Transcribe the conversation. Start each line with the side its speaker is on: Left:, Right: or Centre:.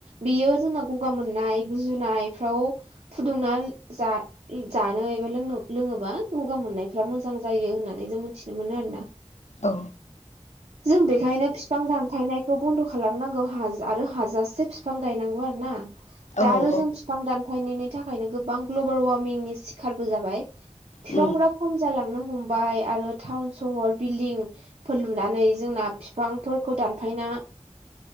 Right: बेयो जोंना ग'गा मोननाय गुजुनाय फ्राव फुदुंना जा जानो एबा लोंनो लोङोबा ग'गा मोननायफ्रा मोजां जायो होननानै जों मिनथिनो मोनो आरो ना
Left: औ
Right: <inaudible> जों बेखायनो फिफां दानफायनायखौ बन्द' खालामनांगौ हा आरो हाजासे फिफां गायनांगौ आरो ना।
Left: औ
Right: दा
Left: नंगौ
Right: आरो जों बिफां दानफायनायनि थाखायनो गोबां ग्ल'बेल वार्मिंनि सिखारबो जाबाय। फिफांफोरा
Left: उम
Right: खम जालांनो हमबाय आरो टाउन सहर बिल्डिंफोर लुनानै जोंना फिफांफोरखौ दानफायना